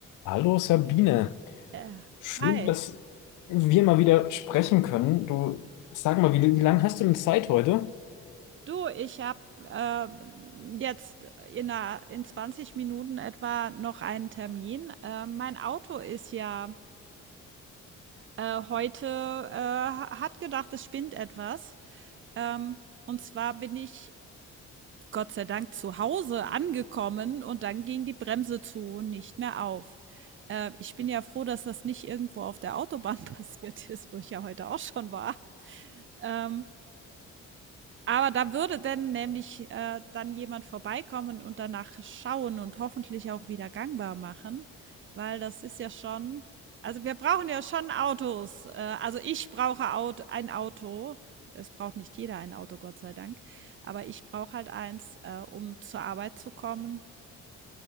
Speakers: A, on the left; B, on the right.
A: Hallo Sabine,
B: Äh,
A: schön,
B: hi.
A: dass wir mal wieder sprechen können. Du, sag mal, wie, wie lange hast du denn Zeit heute?
B: Du, ich habe äh, jetzt in, einer, in 20 Minuten etwa noch einen Termin. Äh, mein Auto ist ja äh, heute, äh, ha- hat gedacht, es spinnt etwas. Ähm, und zwar bin ich Gott sei Dank zu Hause angekommen und dann ging die Bremse zu und nicht mehr auf. Äh, ich bin ja froh, dass das nicht irgendwo auf der Autobahn <laughs> passiert ist, wo ich ja heute auch schon war. Ähm, Aber da würde denn nämlich äh, dann jemand vorbeikommen und danach schauen und hoffentlich auch wieder gangbar machen, weil das ist ja schon, also wir brauchen ja schon Autos. Äh, also ich brauche Aut ein Auto. Es braucht nicht jeder ein Auto, Gott sei Dank. Aber ich brauche halt eins, äh, um zur Arbeit zu kommen.